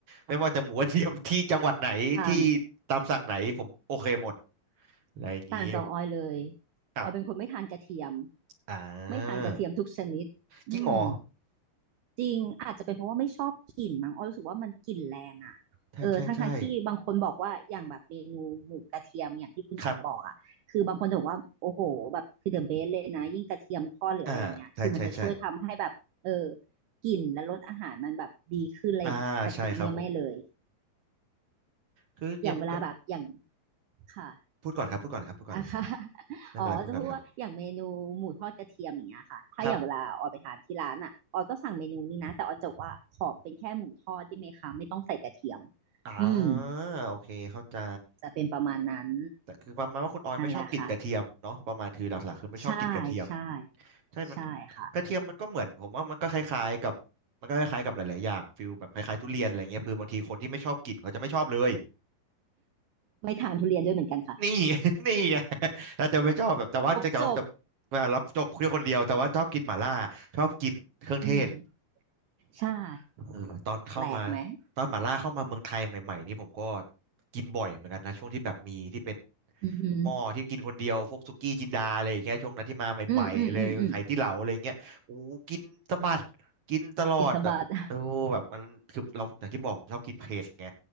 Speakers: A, on the right; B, on the right.
A: ไม่ว่าจะหมูกระเทียมที่จังหวัดไหนที่
B: ต่าง
A: ตามสั่งไหนผมโอเคหมดอะไรอย่างนี้
B: ต่างจากออยเลย
A: อ้าว
B: ออยเป็นคนไม่ทานกระเทียม
A: อ่า
B: ไม่ทานกระเทียมทุกชนิดอืม
A: จริงเหรอ
B: จริงอาจจะเป็นเพราะว่าไม่ชอบกลิ่นมั้งออยรู้สึกว่ามันกลิ่นแรงอ่ะเออทั้งทางที่บางคนบอกว่าอย่างแบบเมนูหมูกระเทียมอย่างที่คุณออกบอกอ่ะคือบางคนจะบอกว่าโอ้โหแบบคือเดอะเบสเลยนะยิ่งกระเทียมทอดหรืออะไรอย่างเงี้ยคือมันจะช่วยทำให้แบบเออ
A: ใช่ใช่ใช่ครับอ่าใช่ใช่ใช่
B: กลิ่นและรสอาหารมันแบบดีขึ้นอะไรอย่างเงี้ยแต่คือเนี่ยไม่เลย
A: อ่าใช่ครับผมคืออย่างมันก็
B: อย่างเวลาแบบอย่างค่ะ
A: พูดก่อนครับพูดก่อนครับพูดก่อนเลย
B: อ่ะค่ะ <laughs>
A: ไม่เป็นไรพูดก่อนเลยครับ
B: อ๋อจะพูดว่า อย่างเมนูหมูทอดกระเทียมอย่างเงี้ยค่ะถ้าอย่างเวลาออยไปทานที่ร้านอ่ะออยก็สั่งเมนูนี้นะแต่ออยจะบอกว่าขอเป็นแค่หมูทอดได้ไหมคะไม่ต้องใส่กระเทียม
A: ครับอ่า
B: อืม
A: โอเคเข้าใจ
B: จะเป็นประมาณนั้น
A: แต่คือประมาณว่าคุณออยไม่ชอบกลิ่นกระเทียมเนาะประมาณคือหลักๆคือไม่ชอบกลิ่นกระเทียม
B: นั่นแหละค่ะใช่ใช่
A: ใช่มัน
B: ใช่ค่ะ
A: กระเทียมมันก็เหมือนผมว่ามันก็คล้ายๆกับมันก็คล้ายๆกับหลายๆอย่างฟิลแบบคล้ายๆทุเรียนอะไรเงี้ยคือบางทีคนที่ไม่ชอบกลิ่นเขาจะไม่ชอบเลย
B: ไม่ทานทุเรียนด้วยเหมือนกันค่ะ
A: นี่ <laughs> นี่ไงเราจะไม่ชอบแบบแต่ว่าจะเขาจะ
B: ครบจบ
A: เวลารับจบคือคนเดียวแต่ว่าชอบกินหม่าล่าชอบกินเครื่องเทศ
B: อืมใช่
A: เออตอนเข้ามา
B: แปลกไหม
A: ตอนหม่าล่าเข้ามาเมืองไทยใหม่ๆนี่ผมก็กินบ่อยเหมือนกันนะช่วงที่แบบมีที่เป็น
B: อือหือ
A: หม้อที่กินคนเดียวพวกสุกี้จินดาอะไรอย่างเงี้ยช่วงนั้นที่มาใหม่ๆเลยไหตี้เหลาอะไรเงี้ยโอ้กินสะบัด
B: อืมอืมอืมอืม
A: กินตลอดอะโอ้แบบมันคือเราอย่างที่บอกผมชอบกินเผ็ดไง
B: อิสบาท <laughs>